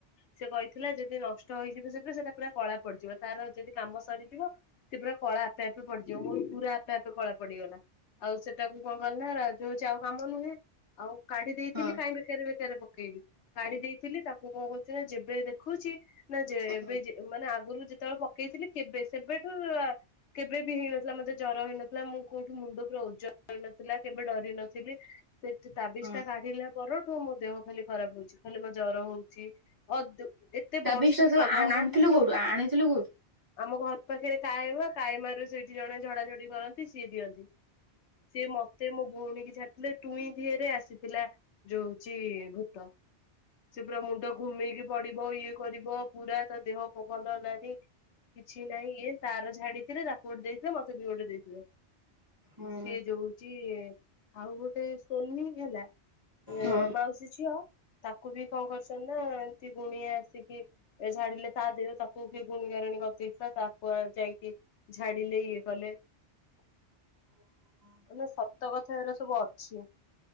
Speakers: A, on the left (about 75°); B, on the right (about 25°).
A: ସିଏ କହିଥିଲା ଯଦି ନଷ୍ଟ ହେଇଯି ସେଟା ସେଟା ପୁରା କଳା ପଡିଯିବ ତାର ଯଦି କାମ ସରିଯିବ ସେ ପୁରା କଳା ଆପେ ଆପେ ପଡିଯିବ। ମୁଁ ପୁରା ଆପେ ଆପେ କଳା ପଡିଗଲା। ଆଉ ସେଟାକୁ କଣ କଲି ନା ରା ଯୋଉ କାମ ନୁହେଁ ଆଉ କାଢିଦେ ଥିଲି
B: ହଁ
A: କାଇଁ ବେକାରେ ବେକରେ ପକେଇବି କାଢି ଦେଇଥିଲି ତାକୁ କଣ କରୁଥିଲ ଯେବେ ଦେଖୁଚି ନା ଯେ
B: ହୁଁ
A: ବେ ଯେ ମାନେ ଆଗରୁ ଯେତେବେଳେ ପକେଇଥିଲି କେବେ ସେବେଠୁ କେବେ ବି ହେଇନଥିଲା ମତେ ଜର ହେଇନଥିଲା ମୁଁ କୋଉଠି ମୁଣ୍ଡ ପୁରା ଓଜ ହେଇନଥିଲା କେବେ ଡରି ନଥିଲି। ସେ ତାବିଜ
B: ହଁ
A: ଟା କାଢିଲା ପରଠୁ ମୋ ଦେହ ଖାଲି ଖରାପ ହୋଉଚି ଖାଲି ମୋ ଜର ହୋଉଚି ଅ ଦୁ ଏତେ
B: ତାବିଜ
A: ବର୍ଷ
B: ଟା ତୁ
A: ଖ ଗରମ
B: ଆଣିଥିଲୁ
A: ଦିନ
B: କୋଉଠୁ ଆଣିଥିଲୁ କୋଉଠୁ?
A: ଆମ ଘର ପାଖରେ କାଏମା କାଏମାରୁ ସେଇଠି ଜଣେ ଝଡାଝଡି କରନ୍ତି ସିଏ ଦିଅନ୍ତି। ସିଏ ମତେ ମୋ ଭଉଣୀ କି ଛାଡ଼ିଥିଲେ ଟୁଇଁ ଦିଅରେ ଆସିଥିଲା। ଯୋଉ ହୋଉଚି ଭୂତ ସେ ପୁରା ମୁଣ୍ଡ ଘୁମେଇକି ପଡିବ ଇଏ କରିବ ପୁରା ତା ଦେହ ଭଲ ହେଲାନି କିଛି ନାହିଁ ଇଏ ତାର ଝାଡି ଥିଲେ ତାକୁ ଗୋଟେ ଦେଇଦିଅ ମତେ ବି ଗୋଟେ ଦେଇଥିଲେ।
B: ହୁଁ
A: ସିଏ ଯୋଉ ହୋଉଚି ଆଉ ଗୋଟେ ସୋଲିନି ହେଲା ଏଁ
B: ହଁ
A: ମାଉସୀ ଝିଅ ତାକୁ ବି କଣ କରିଚନ୍ ନା ଏମତି ଗୁଣିଆ ଆସିକି ଝାଡିଲେ ତା ଦେହ ତାକୁ ବି ଗୁଣିଆ ରାଣୀ କରିଦେଇଥିଲା ତାକୁ ଆ ଯାଇକି ଝାଡିଲେ ଇଏ କଲେ ମାନେ ସତ କଥା ଏରା ସବୁ ଅ ଛି।